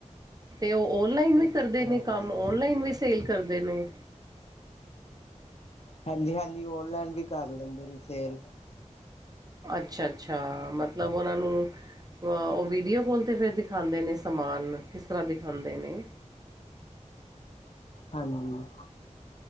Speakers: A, on the right; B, on the left.
A: ਤੇ ਉਹ ਔਨਲਾਈਨ ਵੀ ਕਰਦੇ ਨੇ
B: ਹਾਂਜੀ
A: ਕੰਮ ਔਨਲਾਈਨ ਵੀ। ਸੇਲ ਕਰਦੇ ਨੇ।
B: ਹਾਂਜੀ, ਹਾਂਜੀ ਓਨਲਾਈਨ ਵੀ ਕਰ ਲੈਂਦੇ ਨੇ ਸੇਲ।
A: ਅੱਛਾ, ਅੱਛਾ ਮਤਲਬ ਉਹਨਾਂ ਨੂੰ। ਉਹ ਵੀਡੀਓ ਕੋਲ 'ਤੇ ਫਿਰ ਦਿਖਾਉਂਦੇ ਨੇ ਸਮਾਨ ਕਿਸ ਤਰ੍ਹਾਂ ਦਿਖਾਉਂਦੇ ਨੇ?
B: ਹਾਂਜੀ।